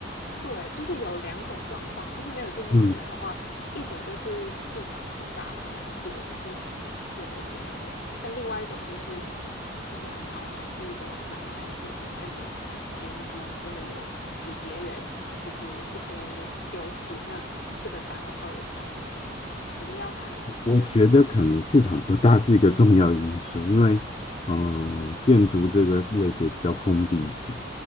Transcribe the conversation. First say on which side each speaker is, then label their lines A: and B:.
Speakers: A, on the left; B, on the left.
A: 对，就是有两种状况，就是没有竞争业者的话，
B: 嗯，
A: 一种就是市场不大，很难做，是辛苦市场，所以没有竞争业者；但另外一种就是很好，就是很好，还是一个蓝海市场，那你有抢先机，你真的有比别人就是一些优势，那这个打广告也超级适合。可是要看你，
B: 我觉得可能市场不大是一个重要因素，因为嗯，建筑这个类别比较封闭一点。